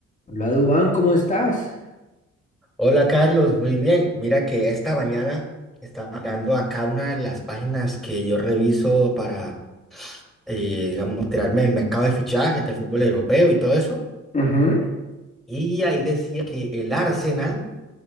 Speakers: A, on the left (about 25°); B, in the centre.
A: Hola, Dubán, ¿cómo estás?
B: Hola Carlos, muy bien. Mira que esta mañana estaba mirando acá una de las páginas que yo reviso para, eh, digamos, enterarme del mercado de fichajes de fútbol europeo y todo eso.
A: Ujú,
B: Y ahí decía que el Arsenal